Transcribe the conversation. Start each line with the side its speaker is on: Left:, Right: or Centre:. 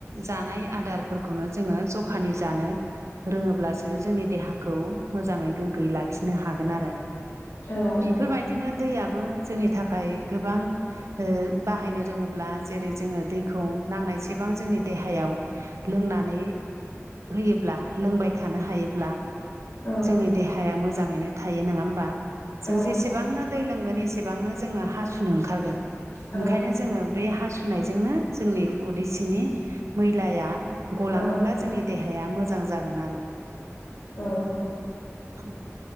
Right: जानाय आदारफोरखौनो जोङो जखानि जानो रोङोब्लासो जोंनि देहाखौ मोजाङै गोग्गोयै लाखिनो हागोन आरो।
Left: औ
Right: बेफोरबायदिनो दैयाबो जोंनि थाखाय गोबां ओ बाहायनो रोङोब्ला जेरै जोङो दैखौ नांनायसेबां जोंनि देहायाव लोंनानै होयोब्ला लोंबाय थानो हायोब्ला
Left: औ
Right: जोंनि देहाया मोजाङैनो थायो नङा होमबा
Left: औ
Right: जों जेसेबांनो दै लोंगोन एसेबांनो जोङो हासुनो ओंखारगोन
Left: औ
Right: ओंखायनो जोङो बे हासुनायजोंनो जोंनि उदै सिंनि मैलाया गलाङोब्ला
Left: औ
Right: जोंनि देहाया मोजां जागोन आरो।
Left: औ
Right: औ